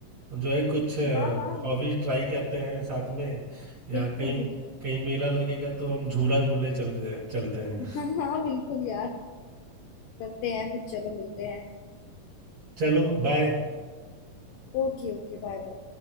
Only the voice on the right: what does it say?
जो है कुछ
हॉबीज ट्राई करते हैं साथ में या
कहीं
कहीं मेला लगेगा तो हम झूला झूलने चल चलते हैं
चलो बाय